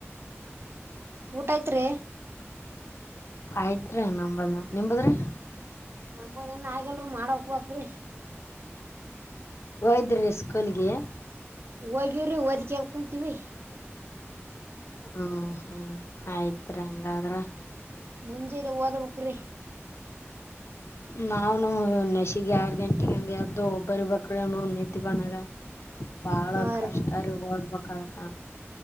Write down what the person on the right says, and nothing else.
ಊಟ ಆಯ್ತ ರಿ
ನಂಬದ ನ್ ಆಗಲ್ರರಿ ಮಾಡಕ್ಬಕ್ರಿ
ಹೋಗ್ಯವ್ರಿ ಒದಿಕ ಅನ್ ಕುಂತೀವಿ
ಮುಂಜೆಲ್ಲ ಓದ ರಿ
ಹಾ
ರೀ